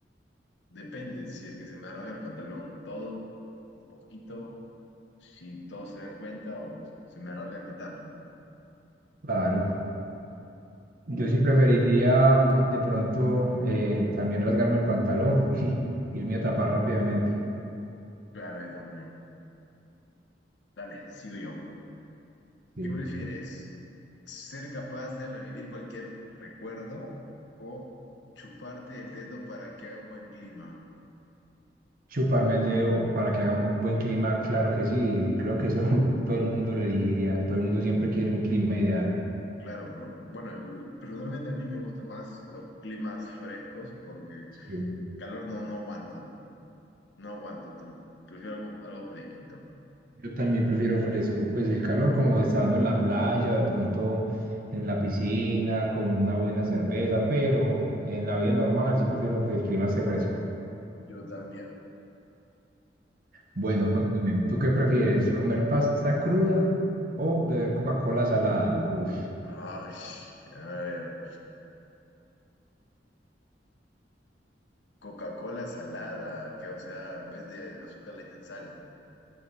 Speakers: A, on the left (about 85°); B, on the right (about 50°).
A: depende si es que se me arranca el pantalón todo, un poquito, si todos se dan cuenta o se me arranca y me tapo.
B: Claro, yo sí preferiría mm, de pronto eh, también rasgarme el pantalón <laughs> y irme a tapar rápidamente.
A: Claro, yo también. Dale, sigo yo.
B: sí.
A: ¿Qué prefieres? ¿Ser capaz de revivir cualquier recuerdo o chuparte el dedo para que haga un buen clima?
B: Chuparme el dedo para que haga un buen clima, claro que sí, creo que eso <laughs> todo el mundo lo elegiría, todo el mundo siempre quiere un clima ideal.
A: Claro, porque, bueno, personalmente a mí me gustan más los climas frescos porque
B: Sí.
A: calor no, no aguanto, no aguanto, te lo juro. Prefiero algo, algo fresquito.
B: Yo también prefiero fresco, pues el calor como estando en la playa, de pronto en la piscina, con una buena cerveza, pero en la vida normal sí prefiero que el clima esté fresco.
A: Yo también.
B: Bueno, cuéntame, ¿tú qué prefieres, comer pasta cruda o beber Coca-Cola salada? Uy,
A: Ay, a ver. Coca-Cola salada, que o sea, en vez de azúcar le echan sal.